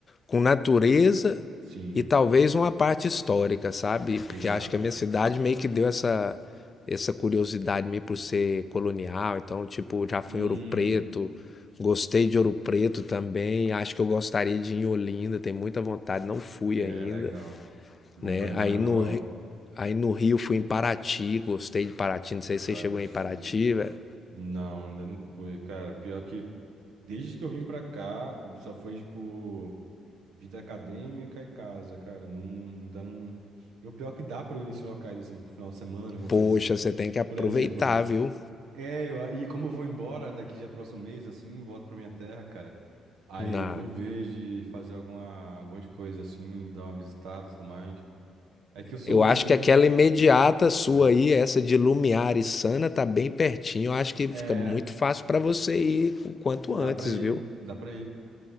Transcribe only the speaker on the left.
com natureza
e talvez uma parte histórica, sabe? Porque
acho que a minha cidade meio que deu essa, essa curiosidade meio por ser colonial. Então, tipo, já
fui em Ouro Preto, gostei de Ouro Preto também. Acho que eu gostaria de ir em Olinda, tenho muita vontade, não fui
ainda
né?
Aí
no, aí no Rio fui em Paraty, gostei de Paraty, não sei se
você chegou em Paraty, velho.
Poxa,
você tem que aproveitar,
viu?
Na...
Eu
acho que
aquela imediata sua
aí, essa de Lumiar e Sana, tá bem pertinho. Eu acho que fica
muito fácil pra você ir o quanto
antes,
viu?